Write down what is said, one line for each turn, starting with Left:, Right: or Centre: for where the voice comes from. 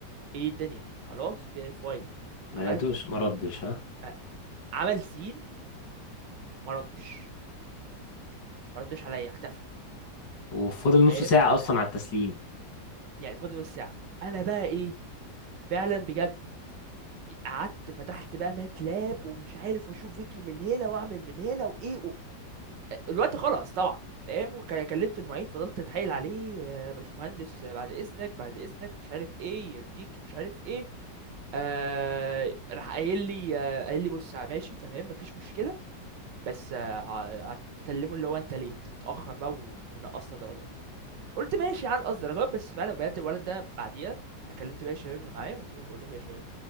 Right: ايه الدنيا خلاص فين الفايل
Left: ما
Right: عملته
Left: لقيتوش ما ردش ها
Right: ما- عمل سين ما ردش ما ردش عليا اختفى
Left: وفضل
Right: فاهم
Left: نص ساعة
Right: ف
Left: أصلا على التسليم
Right: يعني فاضل نص ساعة انا بقى ايه فعلا بجد قعدت فتحت بقى ماتلاب ومش عارف واشوف فيديو من هنا واعمل من هنا وايه الوقت خلص طبعا فاهم وكلمت المعيد فضلت اتحايل عليه يا باشمهندس بعد اذنك بعد اذنك مش عارف ايه يرضيك مش عارف ايه آه راح قايل لي آه قايل لي بص ماشي تمام مفيش مشكله بس آه ع- هتسلمه اللي هو انت ليت متاخر بقى ونقصنا درجات قلت ماشي على نقص درجات بس فعلا بجد الولد ده بعديها انا كلمت باقي الشباب اللي معايا قلت لهم بقول لكم يا شباب